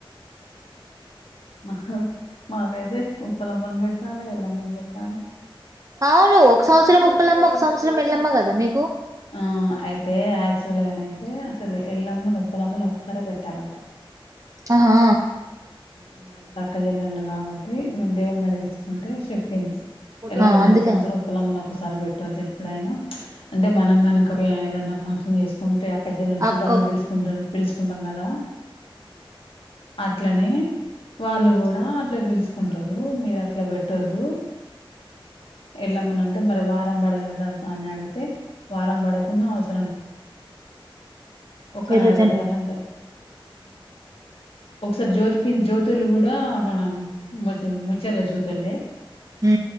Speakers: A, on the left (about 80°); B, on the right (about 35°).
A: మహా మాకైతే ఉప్పులమ్మని పెట్టాల, ఎల్లమ్మ పెట్టాలే.
B: అవును ఒక సంవత్సరం ఉప్పలమ్మ, ఒక సంవత్సరం ఎల్లమ్మ కద్. దా మీకు
A: ఆ అయితే యాక్షువ్వల్ గానైతే అసలు ఎల్లమ్మని ఉప్పలమ్మని ఒకసరే పెట్టాలంట
B: ఆహా
A: వీళ్ళంతా అక్కచెల్లెలు కాబట్టి మేము దేవుడిని అడిగించుకుంటే చెప్పిండు ఎల్లమ్మని
B: ఆ అందుకే
A: ఒక సంవత్సరం ఉప్పలమ్మని ఒకసారి పెట్టొదు ఎప్పుడైనా మనం కనాకనె ఎదన్నా ఫంక్షన్ చేసుకుంటే పక్కచ <unintelligible> ల్లను చట్టాలను
B: అక్క
A: పిలుచుకుంటా పిలుచుకుంటాం కదా అట్లనే వాళ్ళు కూడా అట్లే పిలుచు అంటారు మీరు అట్లా పెట్టొద్దు ఎల్లమ్మ అంటే మరి వర్ పండు అడుగుదామని వాన్నిఅడిగితే వారం బడకున్నా వాస్ ఒక్కనాడ
B: గిరిజనులు
A: పెట్టాలంటారు ఒకసారి జ్యోతి పి జ్యోతులు కూడా మనం ము ముచ్చర్ల జ్యోతులే
B: ఉ